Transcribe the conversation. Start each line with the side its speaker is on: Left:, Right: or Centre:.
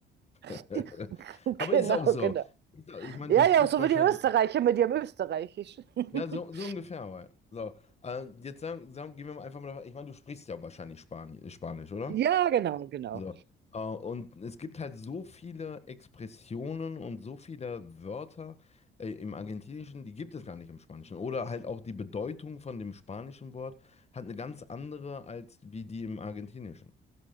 Left: <laughs>
Right: <laughs>
Left: Aber
Right: Genau,
Left: ist auch so.
Right: genau.
Left: Ist auch- Ich meine,
Right: Ja,
Left: du sprichst
Right: ja, so
Left: wahrscheinlich,
Right: wie die Österreicher mit ihrem Österreichisch. <laughs>
Left: ja, so, so ungefähr. aber. So, äh, jetzt sagen, sagen, gehen wir mal einfach mal davon, ich meine, du sprichst ja wahrscheinlich Spani Spanisch, oder?
Right: Ja, genau, genau.
Left: So. Äh, und es gibt halt so viele Expressionen und so viele Wörter äh, im Argentinischen, die gibt es gar nicht im Spanischen. Oder halt auch die Bedeutung von dem spanischen Wort hat eine ganz andere als wie die im Argentinischen.